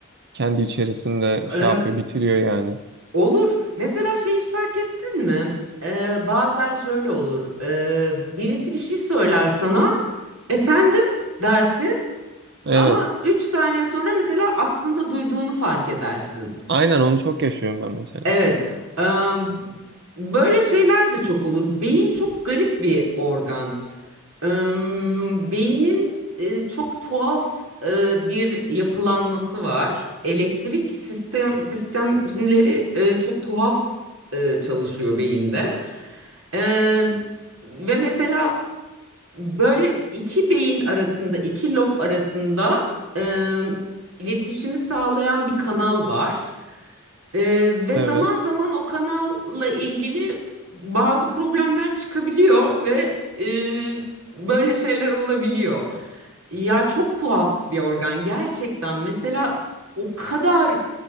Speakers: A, on the right; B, on the right.
A: kendi içerisinde şey
B: Ee,
A: yapıyor, bitiriyor yani.
B: olur. Mesela şey hiç fark ettin mi? Ee, bazen şöyle olur. Ee, birisi bir şey söyler sana, efendim dersin.
A: Evet.
B: Ama 3 saniye sonra mesela aslında duyduğunu fark edersin.
A: Aynen onu çok yaşıyorum ben mesela.
B: Evet. eee, böyle şeyler de çok olur. Beyin çok garip bir organ. Eee, beynin e, çok tuhaf e, bir yapılanması var. Elektrik sistem sistemleri e, çok tuhaf e, çalışıyor beyinde. Eee, ve mesela Böyle iki beyin arasında, iki lob arasında e, iletişimi sağlayan bir kanal var. E, ve
A: Evet.
B: zaman zaman o kanalla ilgili bazı problemler çıkabiliyor ve e, böyle şeyler olabiliyor. Ya çok tuhaf bir organ gerçekten. Mesela o kadar